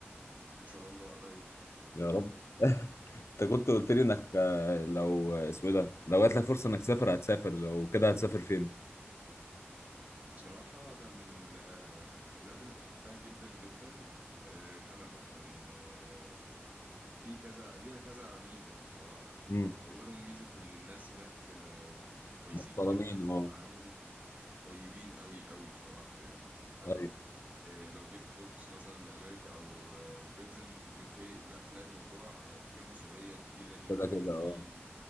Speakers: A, on the right (about 35°); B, on the left (about 85°).
A: ان شاء الله قريب
B: يا رب انت كنت قلت لي انك آه، لو آه، اسمه إيه ده لو جات لك فرصه انك تسافر هتسافر لو كده هتسافر فين
A: بصراحة أنا من ال- آه، البلاد اللي بحبها جدا جدا آه، كندا لأن آه، في كذا ليها كذا ميزة بصراحة
B: امم
A: أولهم ميزة إن الناس هناك آه، كويسين
B: محترمين
A: جدا في
B: اه
A: التعامل طيبين أوي أوي بصراحة يعني هبل
B: ايوه
A: آه، لو جيت تبص مثلا لأمريكا أو آه، بريتن يو كي لا تلاقي الموضوع فيه عنصرية كبيرة جدا
B: كده كده
A: وفيه
B: اه